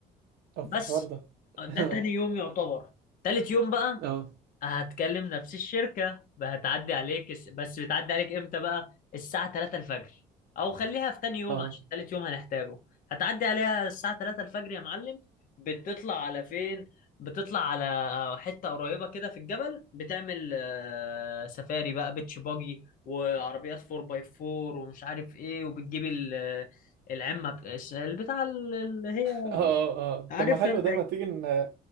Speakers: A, on the right; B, on the left.
A: طب
B: بس
A: في الحوار ده <laughs>
B: ده
A: اه
B: تاني يوم يعتبر تالت يوم بقى
A: اه
B: هتكلم نفس الشركة هتعدي عليك الس- بس بتعدي عليك امتى بقى الساعة 3 الفجر او خليها في تاني يوم
A: اه
B: عشان تالت يوم هنحتاجه هتعدي عليها الساعة 3 الفجر يا معلم بتطلع على فين بتطلع على آه، حتة قريبة كده في الجبل بتعمل آه، سفاري بقى بيتش باجي وعربيات 4 باي 4 ومش عارف ايه وبتجيب ال- العمة بتاع- البتاع اللي هي
A: اه اه
B: عارفها
A: طب ما حلو
B: انت
A: ده ما تيجي ن...